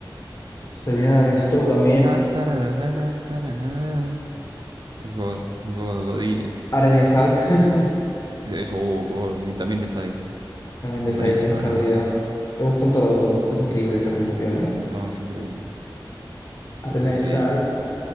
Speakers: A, on the left; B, on the right.
A: Se viene de Stop también,
B: Ta, tararara, tararara. Es God, God- Godínez.
A: Arena y Sal. <laughs>
B: E, Es- Eso, oh, God, Y también de Psycho.
A: También de
B: Buenísima,
A: Psycho, se nos
B: Arena
A: ha olvidado.
B: y Sal.
A: Hemos juntado los dos. Esto es increíble, esta conversación, ¿eh?
B: No, es increíble.
A: Arena
B: Es increíble.
A: y Sal.